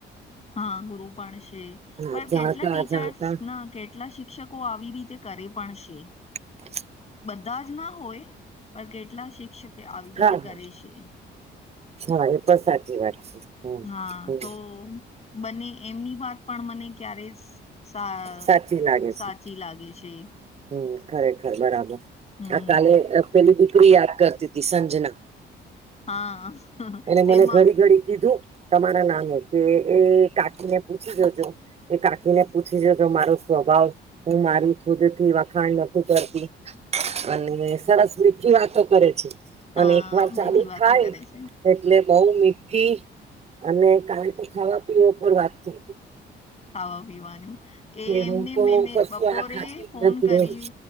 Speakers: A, on the left (about 35°); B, on the right (about 30°).
A: હા ગુરુ પણ છે
B: હા
A: પણ
B: જાણતા
A: કેટલા ટીચર્સ
B: જાણતા
A: ના કેટલા સિખ શિક્ષકો આવી રીતે કરે પણ છે.
B: <inaudible>
A: બધા જ ના હોય પણ કેટલા શિક્ષકે આવી
B: હા
A: રીતે કરે
B: હા
A: છે.
B: હા એ પણ સાચી વાત છે. હમ
A: હા
B: હમ
A: તો બને એમની વાત પણ મને ક્યારે. સા
B: સાચી લાગે
A: સાચી
B: છે
A: લાગે છે.
B: હમ ખરેખર બરાબર
A: હમ
B: આ કાલે પેલી દીકરી યાદ કરતી હતી સંજના.
A: હા
B: અને
A: તેમાં
B: મને ઘડી ઘડી કીધું. તમારા નામે કે એ કાકીને પૂછી જોજો. એ કાકીને પૂછી જોજો મારો સ્વભાવ હું મારી ખુદ. વખાણ નથી કરતી અને સરસ <unintelligible> વાતો કરે છે
A: હા
B: અને એક વાર ચાલુ
A: મીઠી વાતો
B: થાય.
A: કરે છે
B: એટલે બઉ મીઠી અને કાલ તો ખાવા પીવા પર વાત થઈ.
A: ખાવા પીવાનું. એ
B: કે
A: એમને
B: હું તો
A: મેને
B: કશું
A: બપોરે
B: આ ખાતી જ
A: ફોન
B: નથી
A: કરી
B: એમ